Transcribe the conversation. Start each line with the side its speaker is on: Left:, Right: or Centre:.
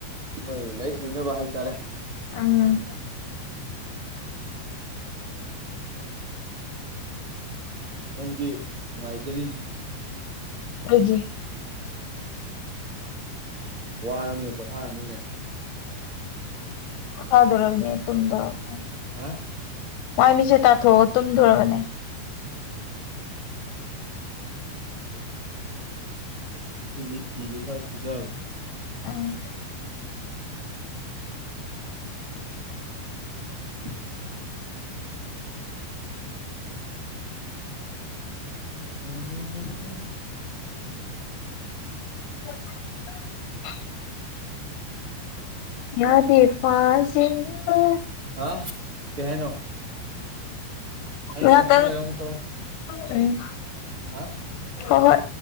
Right: ꯍꯣꯏ ꯂꯥꯏꯔꯤꯛ ꯍꯩꯅꯕ ꯍꯥꯏꯇꯥꯔꯦ
Left: ꯑꯝ
Right: ꯅꯪꯗꯤ ꯅꯨꯡꯉꯥꯏꯖꯔꯤꯅꯤ
Left: ꯀꯩꯒꯤ
Right: ꯋꯥꯔꯕꯅꯤꯅ ꯄꯣꯊꯥꯔꯅꯤꯅꯦ
Left: ꯄꯣꯊꯥꯖꯔꯝꯅꯤ ꯇꯨꯝꯗꯕ ꯃꯣꯏ
Right: ꯍꯥ
Left: ꯃꯥꯏ ꯃꯤꯠꯁꯦ ꯇꯥꯊꯣꯛꯑꯒ ꯇꯨꯝꯗꯣꯔꯕꯅꯦ
Right: ꯉꯁꯤꯗꯤ ꯐꯤꯁꯨ ꯈꯔ ꯁꯨꯗꯕꯅꯤ
Left: ꯑꯡ
Right: <inaudible> <unintelligible>
Left: <unintelligible> <inaudible> ꯌꯥꯗꯦ ꯐꯖꯤꯟꯕ
Right: ꯍꯥ ꯀꯩ ꯍꯥꯏꯅꯣ ꯑꯩ ꯉꯥꯏꯍꯥꯛꯇꯪ
Left: ꯌꯥꯗ
Right: ꯂꯩꯔ ꯑꯃꯨꯛ ꯇꯧꯔꯛꯀꯦ
Left: ꯦ
Right: ꯍꯥ
Left: ꯍ‌ꯧ ꯍꯣꯏ